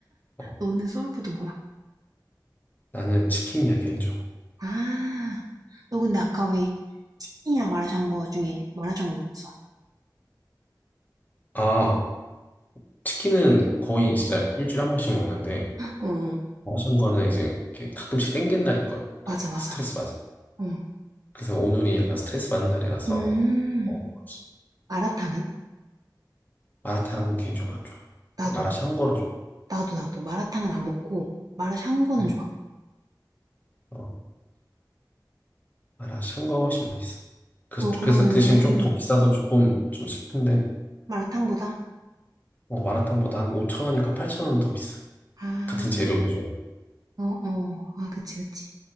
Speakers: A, on the left; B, on the right.
A: 어,
B: 너는 소울푸드 뭐야?
A: 나는 치킨이야, 개인적으로.
B: 아, 너 근데 아까 왜 치킨이랑 마라샹궈 중에 마라샹궈 먹었어?
A: 아, 치킨은 거의 진짜 일주일에 한 번씩 먹는데,
B: 어, 어.
A: 먹은 거는 이제 이렇게 가끔씩 땡기는 날이 있거든. 그러니까
B: 맞아,
A: 막
B: 맞아.
A: 스트레스 받아.
B: 어.
A: 그래서 오늘이 약간 스트레스 받는 날이라서,
B: 음.
A: 뭐, 뭐지?
B: 마라탕은?
A: 마라탕 개인적으로 안 좋아.
B: 나도.
A: 마라샹궈를 좀.
B: 나도, 나도. 마라탕은 안 먹고, 마라샹궈는
A: 음,
B: 좋아.
A: 어, 마라샹궈가 훨씬 맛있어. 그래서,
B: 너 그러면은,
A: 그래서 그 대신 좀 더 비싸서 조금 좀 슬픈데,
B: 마라탕보다?
A: 어, 마라탕보다 한 5천 원인가 8천 원 더 비싸.
B: 아,
A: 같은 재료기죠.
B: 어, 어. 아, 그치, 그치.